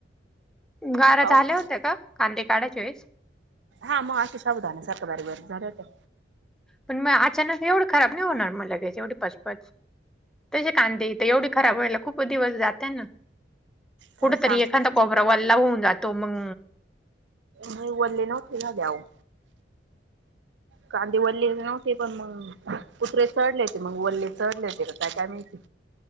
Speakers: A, in the centre; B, on the right.
A: गारा
B: पाऊस
A: झाल्या होत्या का, कांदे काढाच्या वेळेस-
B: हा मग अशा साबुदाण्यासारख्या बारीक बारीक झाल्या होत्या.
A: पण मग अचानक एवढं खराब नाय होणार लगेच एवढी पचपच. तसे कांदेथ एवढी खराब व्हायला खूप दिवस जाते ना.
B: काय
A: कुटतरी
B: सांगता
A: एखादा कोपरा वल्ला होऊन जातो मग,
B: हो वल्ले नव्हते झाले आवं. कांदे वल्ले नव्हते पण मग. कुतरे चढले होते मग वल्ले चढले होते का काय काय माहिती.